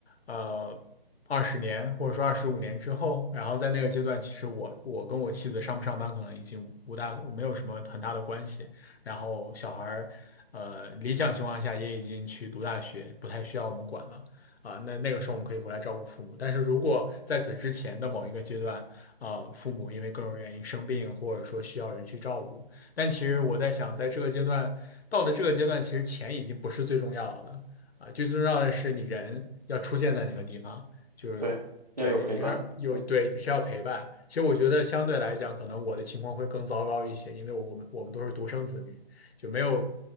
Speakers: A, on the left; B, on the right.
A: 呃二十年或者说二十五年之后，然后在那个阶段，其实我我跟我妻子上不上班可能已经无大没有什么很大的关系，然后小孩儿呃理想情况下也已经去读大学，不太需要我们管了。啊，那那个时候我们可以回来照顾父母，但是如果在此之前的某一个阶段，啊，父母因为各种原因生病，或者说需要人去照顾，但其实我在想，在这个阶段，到了这个阶段，其实钱已经不是最重要的了啊，最重要的是你人要出现在那个地方，就是对，
B: 对，要有陪伴。
A: 也有对需要陪伴。
B: 对。
A: 其实我觉得相对来讲，可能我的情况会更糟糕一些，因为我们我们都是独生子女，就没有